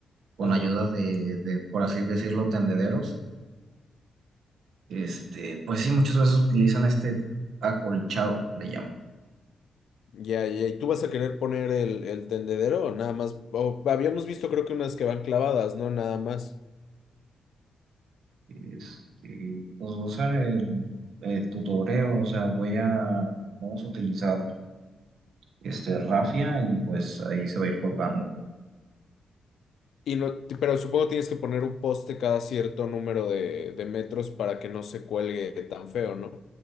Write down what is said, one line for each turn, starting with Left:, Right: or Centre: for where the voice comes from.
Right: con
Left: Ajá.
Right: ayuda de, de, por así decirlo, tendederos, este, pues sí, muchas veces utilizan este acolchado, le llaman.
Left: Ya, ya, ¿y tú vas a querer poner el, el tendedero o nada más? O habíamos visto creo que unas que van clavadas, ¿no? Nada más.
Right: Este, pues voy a usar el, el tutoreo, o sea, voy a, vamos a utilizar este rafia y pues ahí se va a ir colgando.
Left: Y no, t- pero supongo tienes que poner un poste cada cierto número de, de metros para que no se cuelgue tan feo, ¿no?